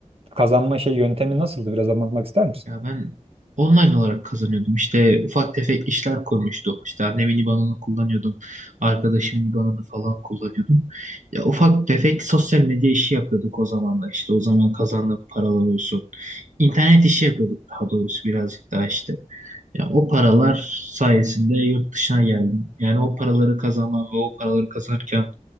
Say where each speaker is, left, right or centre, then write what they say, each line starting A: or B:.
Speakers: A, on the right (about 50°); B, on the right (about 70°).
A: kazanma şey yöntemi nasıldı? Biraz anlatmak ister misin?
B: Ya ben online olarak kazanıyordum. İşte ufak tefek işler koymuştum. İşte annemin IBAN'ını kullanıyordum. Arkadaşımın IBAN'ını falan kullanıyordum. Ya ufak tefek sosyal medya işi yapıyorduk o zamanlar. İşte o zaman kazandığım paralar olsun. İnternet işi yapıyorduk daha doğrusu birazcık daha işte. Ya o paralar sayesinde yurt dışına geldim. Yani o paraları kazanmam ve o paraları kazanırken